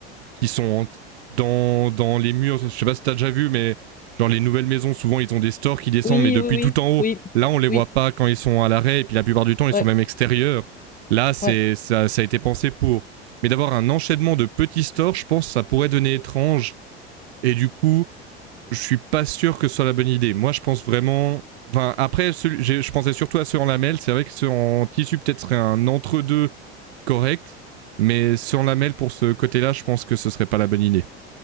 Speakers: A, on the right (about 75°); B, on the left (about 25°).
A: qui sont dans, dans les murs. Je sais pas si t'as déjà vu, mais genre les nouvelles maisons, souvent ils ont des stores qui descendent,
B: Oui,
A: mais depuis
B: oui, oui,
A: tout en haut.
B: oui,
A: Là, on les voit
B: oui,
A: pas quand ils sont à l'arrêt, et puis la plupart du temps, ils
B: ouais,
A: sont même extérieurs. Là, c'est
B: ouais.
A: ça, ça a été pensé pour. Mais d'avoir un enchaînement de petits stores, je pense que ça pourrait donner étrange. Et du coup, je suis pas sûr que ce soit la bonne idée. Moi, je pense vraiment. Enfin, après, je pensais surtout à ceux en lamelles. C'est vrai que ceux en tissu, peut-être, serait un entre-deux correct. Mais ceux en lamelles, pour ce côté-là, je pense que ce serait pas la bonne idée.